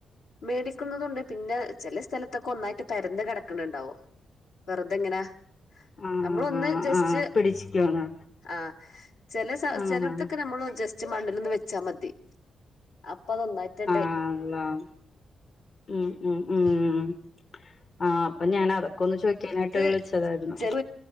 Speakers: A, on the left; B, on the left.
A: മേടിക്കുന്നതുണ്ട് പിന്നെ ചില സ്ഥലത്തൊക്കെ ഒന്നായിട്ട് പെരന്ന് കെടക്കുന്നുണ്ടാവും വെറുതെങ്ങനാ
B: ആഹ്
A: നമ്മളൊന്ന്
B: ആഹ്
A: ജസ്റ്റ്
B: ആഹ് പിടിച്ചിക്കോന്ന്
A: ആഹ് ചെല സ്ഥ
B: ആഹ്
A: ചെല നമ്മൾ ജസ്റ്റ് മണ്ണിൽൊന്ന് വെച്ചാ മതി അപ്പൊ അതൊന്നായിട്ട്
B: ആണ്ല്ലാം ഉം ഉം ഉം ആഹ് അപ്പൊ ഞാനത് ഒന്ന് ചോക്കാനായിട്ട
A: പൊറത്ത്
B: വി വെിച്ചതായിരുന്നു
A: ചെല